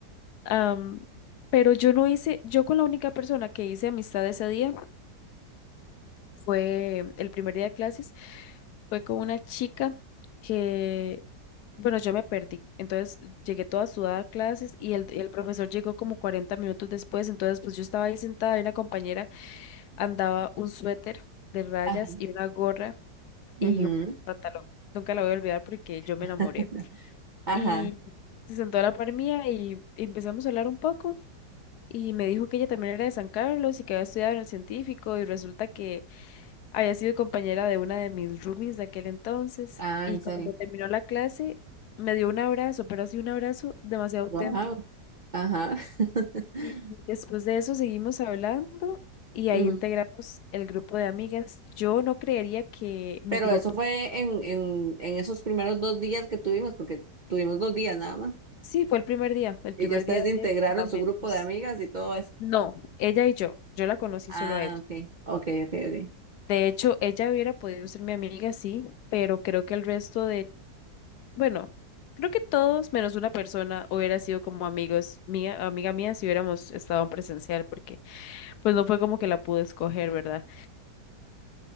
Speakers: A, on the left; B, on the right.
A: Am, pero yo no hice, yo con la única persona que hice amistad ese día fue el primer día de clases, fue con una chica que, bueno, yo me perdí. Entonces llegué toda sudada a clases y el, el profesor llegó como 40 minutos después, entonces pues yo estaba ahí sentada y una compañera andaba un suéter de rayas
B: Ajá.
A: y una gorra
B: Ujú.
A: y un pantalón. Nunca la voy a olvidar porque yo me
B: <laughs>
A: enamoré.
B: Ajá.
A: Y se sentó a la par mía y empezamos a hablar un poco. Y me dijo que ella también era de San Carlos y que había estudiado en el científico. Y resulta que había sido compañera de una de mis roomies de aquel entonces.
B: Ah,
A: Y
B: en serio.
A: cuando terminó la clase, me dio un abrazo, pero así un abrazo demasiado auténtico.
B: Wow. Ajá. <laughs>
A: Y después de eso seguimos hablando y ahí
B: Ujú.
A: integramos el grupo de amigas. Yo no creería que mi
B: Pero
A: grupo,
B: eso fue en, en, en esos primeros dos días que tuvimos, porque tuvimos dos días nada más.
A: sí, fue el primer día, el
B: Y
A: primer
B: ya ustedes
A: día
B: integraron
A: de Fundamentos.
B: su grupo de amigas y todo eso.
A: No, ella y yo, yo la conocí
B: Ah,
A: solo a ella.
B: ok, ok, ok, ok.
A: De hecho, ella hubiera podido ser mi amiga, sí, pero creo que el resto de, bueno, creo que todos menos una persona hubiera sido como amigos mía, amiga mía si hubiéramos estado en presencial, porque pues no fue como que la pude escoger, ¿verdad?